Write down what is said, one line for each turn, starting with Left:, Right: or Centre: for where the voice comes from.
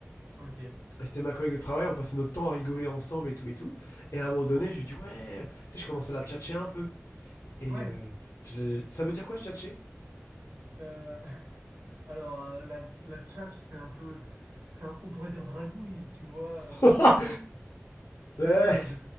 Right: Ok.
Left: Et c'était ma collègue de travail, on passait notre temps à rigoler ensemble et tout et tout. Et à un moment donné, je lui dis, ouais, euh, tu sais, je commençais à la tchatcher un peu. Et
Right: Ouais.
Left: euh, je l'ai- ça veut dire quoi, tchatcher
Right: Euh, <laughs> alors euh, la, la tchatche, c'est un peu. c'est un- on pourrait dire dragouille, tu vois. euh,
Left: <laughs>
Right: c'est. C'est
Left: Ouais
Right: ouais, bah, j'ai